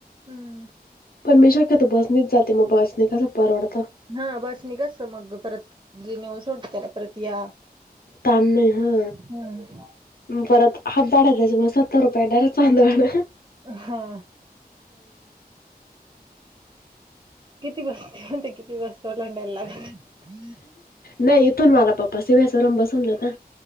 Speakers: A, on the right; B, on the left.
A: हम्म
B: पण मी शक्यतो बसनीच जाते मग बसणे कसं परवडत
A: हा बस नि कस मग परत जे नेऊन सोडत त्याला परत या
B: तान नाही हा
A: हम्म
B: परत हातधाडाय त्यायच मग सत्तर रुपयाे डार चांधवड
A: हा. किती बसतीनते किती बस ओलांडायला लाग <unintelligible>
B: नाही ईतून मला पप्पा सीव्हीएस वरून बसून देता